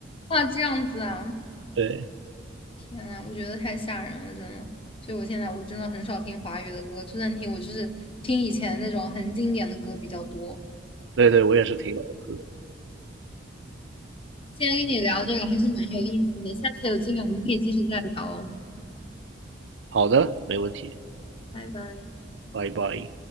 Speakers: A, on the left; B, on the right.
A: 哇，这样子啊，
B: 对
A: 天呐，我觉得太吓人了，真的。所以我现在我真的很少听华语的歌，就算听，我就是听以前那种很经典的歌比较多。
B: 对对，我也是挺懂的
A: 今天跟你聊这个还是蛮有意思的，下次有机会我们可以继续再聊哦，
B: 好的，没问题，
A: 拜拜。
B: 欢迎欢迎。